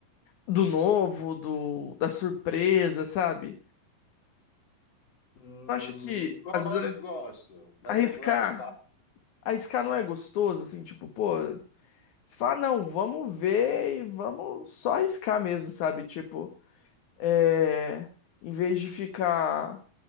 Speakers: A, on the left; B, on the left.
A: do novo, do, da surpresa, sabe?
B: Hum,
A: Não acha que,
B: gosto,
A: às vezes, é
B: gosto. Mas,
A: arriscar.
B: co- ah,
A: A arriscar não é gostoso, assim, tipo, pô, você fala, "Ah, não, vamos ver e vamos só arriscar mesmo, sabe? Tipo, é, em vez de ficar,